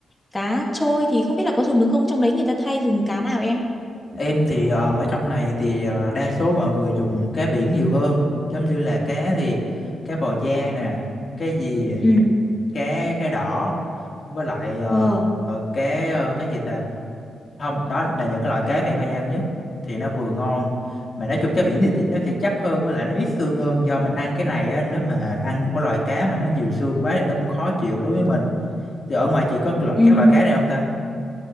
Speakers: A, on the left; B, on the left.
A: cá trôi thì không biết là có dùng được không trong đấy người ta thay dùng cá nào em
B: em thì ờ, ở trong này thì ờ, đa số mọi người dùng cá biển nhiều hơn giống như là cá thì cá bào da nè cá gì
A: ừ
B: cá cá đỏ với lại ờ,
A: ờ
B: ờ, cá ờ, cái gì ta không đó là những cái loại cá mà em hay ăn nhất thì nó vừa ngon mà nói chung cá biển thì thịt nó sẽ chắc hơn với lại nó ít xương hơn do mình ăn cái này á, nếu mà ăn một cái loại cá mà nó nhiều xương quá thì nó cũng khó chịu đối với mình thì ở ngoài chị có cái loại
A: ừ
B: các loại cá này không ta